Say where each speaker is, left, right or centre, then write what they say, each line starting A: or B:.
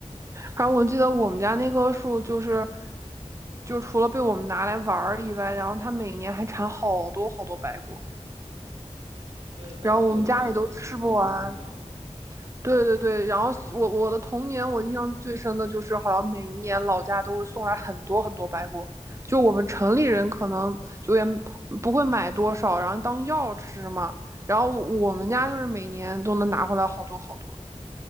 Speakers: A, on the right (about 25°); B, on the right (about 50°).
A: 反正我记得我们家那棵树就是，就除了被我们拿来玩儿以外，然后它每年还产好多好多白果，
B: 对，白果也算也算是一味中药啊。
A: 然后我们家里都吃不完。对对对，然后我我的童年，我印象最深的就是，好像每一年老家都会送来很多很多白果，就我们城里人可能就也不会买多少，然后当药吃嘛。然后我们家就是每年都能拿回来好多好多，